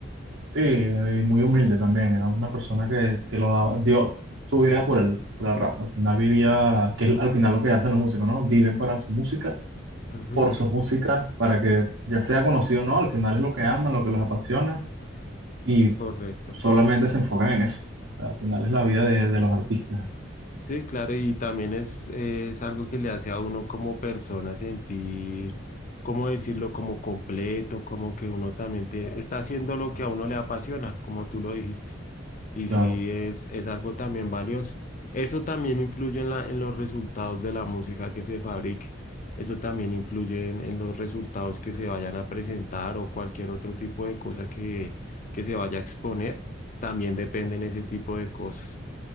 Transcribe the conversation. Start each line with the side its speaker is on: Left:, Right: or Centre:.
Right: sí, y muy humilde también, era una persona que, que lo daba, dio su vida por el, por el rap, al final vivía, que es al final lo que hacen los músicos, ¿no? Viven para su música
Left: Ujú,
Right: por su música para que ya sea conocido o no, al final es lo que aman, lo que les apasiona y
Left: Correcto.
Right: solamente se enfocan en eso. O sea, al final es la vida de, de los artistas,
Left: Sí, claro, y también es, eh, es algo que le hace a uno como persona sentir, ¿cómo decirlo?, como completo, como que uno también te- está haciendo lo que a uno le apasiona, como tú lo dijiste. Y sí,
Right: claro.
Left: es, es algo también valioso. Eso también influye en la, en los resultados de la música que se fabrique. Eso también influye en, en los resultados que se vayan a presentar o cualquier otro tipo de cosa que, que se vaya a exponer. También dependen ese tipo de cosas.